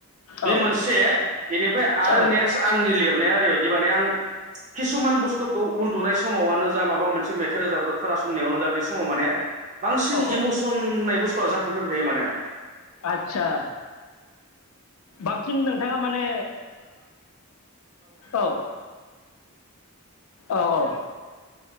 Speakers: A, on the right (about 35°); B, on the left (about 70°).
A: बे
B: औ
A: मोनसे इनिफ्राय आरो
B: औ
A: नेक्स्ट आंनि लिरनाया ओरैबायदि बि माने आं किसुमान बुस्थुखौ उन्दुनाय समाववानो जा माबा मोनसे मे मेथाइ रोजाबग्रा खोनासंनायावनो जा बे समाव माने बांसिन
B: औ
A: इमुस बुस्थुआ जाखांफैबाय थायो माने
B: आतसा बां सिन नोंथाङा माने औ औ औ